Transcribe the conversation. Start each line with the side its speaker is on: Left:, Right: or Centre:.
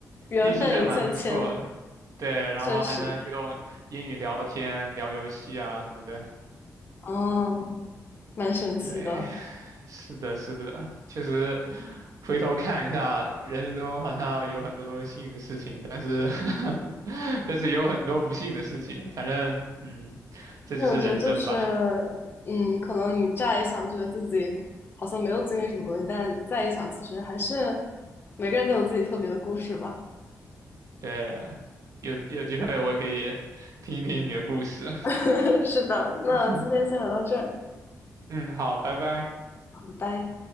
Left: 缘分一线牵，
Right: 运气真的蛮不错的。对，然后还能用英语聊天、
Left: 确实，
Right: 聊游戏啊什么的。
Left: 哦。蛮神奇的。
Right: 对，是的，是的，确实，回头看一下，人生中好像有很多幸运的事情，但是，<laughs> 但是也有很多不幸的事情。反正，嗯，这就是人生吧。
Left: 对，我觉得就是，嗯，可能你乍一想觉得自己好像没有经历什么东西，但再一想，其实还是每个人都有自己特别的故事吧。
Right: 对，有有机会我也可以听一听你的故事。
Left: <laughs> 是的，那今天先聊到这儿，
Right: <laughs> 嗯，好，拜拜。
Left: 拜拜。